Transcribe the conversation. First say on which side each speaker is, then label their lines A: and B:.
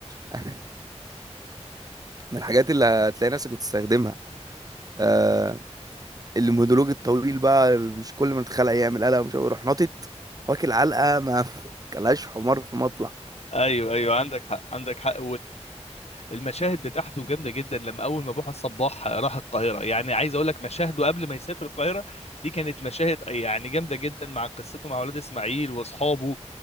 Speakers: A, on the right (about 35°); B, on the left (about 65°).
A: <laughs> من الحاجات اللي هتلاقي نفسك بتستخدمها آه المونولوج الطويل بقى مش كل ما تتخلق يعمل قلق مش عارف، يروح ناطط واكل علقة ما <laughs> كلاش حمار في مطلع
B: ايوه ايوه عندك حق عندك حق والمشاهد بتاعته جامده جدا لما اول ما بوحه الصباح راح القاهره يعني عايز اقول لك مشاهده قبل ما يسافر القاهره دي كانت مشاهد يعني جامده جدا مع قصته مع ولاد اسماعيل واصحابه